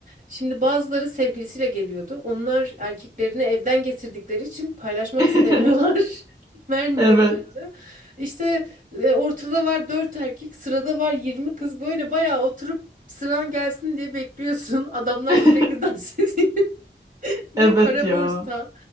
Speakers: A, on the right; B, on the right.
A: Şimdi bazıları sevgilisiyle geliyordu onlar erkeklerini evden getirdikleri için paylaşmak
B: <laughs>
A: istemiyorlar. <laughs> Vermiyorlardı.
B: Evet.
A: İşte e, ortada var dört erkek, sırada var 20 kız. Böyle bayağı oturup sıran gelsin diye bekliyorsun. <laughs> Adamlar
B: <laughs>
A: sürekli dans <laughs> ediyor. Ve
B: Evet
A: kara
B: ya.
A: borsa